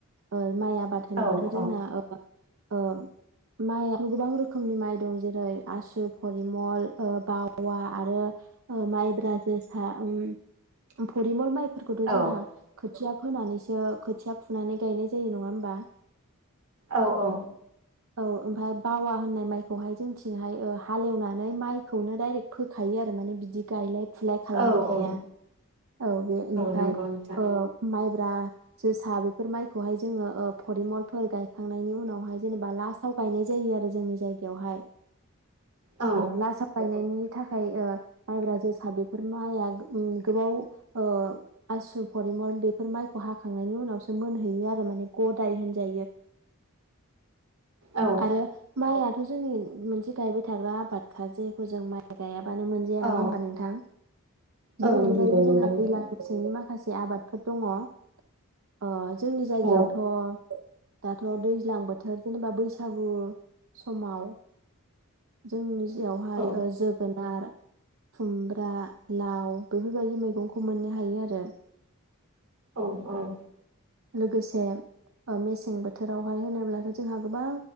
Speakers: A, on the right (about 65°); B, on the right (about 85°).
A: ओ माइ आबाद होनोबाथ'
B: औ औ
A: जोंना ओ ओ माइ गोबां रोखोमनि माइ दं जेरै आसु फरिमल ओ बावा आरो ओ माइब्रा जोसा उम फरिमल माइ फोरखौथ' जोंहा
B: औ
A: खोथिया फोनानैसो खोथिया फुनानै गायनाय जायो नङा होमबा
B: औ औ
A: औ ओमफ्राय बावा होननाय माइखौहाय जोंथिंहाय ओ हालेवनानै माइखौनो डाइरेक्ट फोखायो आरो माने बिदि गायलाय फुलाय खालामबाय
B: औ
A: थाया
B: औ
A: औ बेनिफ्राय
B: नंगौ नोंथां
A: ओ माइ बा जोसा बे बेफोर माइखौहाय जोङो ओ फरिमलफोर गायखांनायनि उनावहाय जेनेबा लास्टाव गायनाय जायो आरो जोंनि जायगायावहाय
B: औ
A: ओ लास्त गायनायनि थाखाय ओ माइब्रा जोसा बेफोर माइआ उम गोबाव ओ आसु फरिमल बेफोर माइखौ हाखांनायनि उनावसो मोनहैयो आरो माने गदाय होनजायो
B: औ
A: आरो माइआ जोंनि मोनसे गायबाय थाग्रा आबादखा जेखौ जों माइ गाया मानो मोनजाया नंङा
B: औ
A: होमबा नोंथां
B: औ
A: बिनि अनगायैबो
B: नंगौ नंगौ
A: जोंहा
B: नोंथां
A: दैज्लां मेसेंनि माखा माखासे आबादफोर दङ अ जोंनि जायगायावथ'
B: औ
A: दाथ' दैज्लां बोथोर जेनेबा बैसागु समाव जोंनि बियावहाय
B: औ
A: ओ जोगोनार खुमब्रा लाव बेफोर बायदि मैगंखौ मोननो हायो आरो।
B: औ औ
A: लोगोसे ओ मेसें बोथोरावहाय होनोब्लाथ' जोंहा गोबां